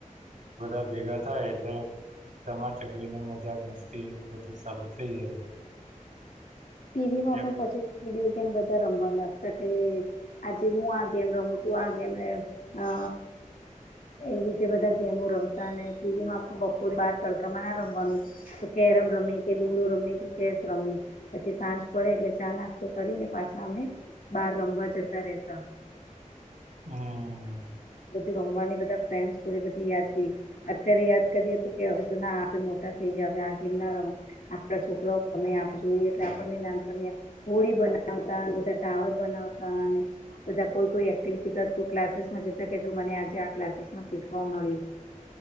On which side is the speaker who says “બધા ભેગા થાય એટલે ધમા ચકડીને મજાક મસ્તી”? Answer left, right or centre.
Right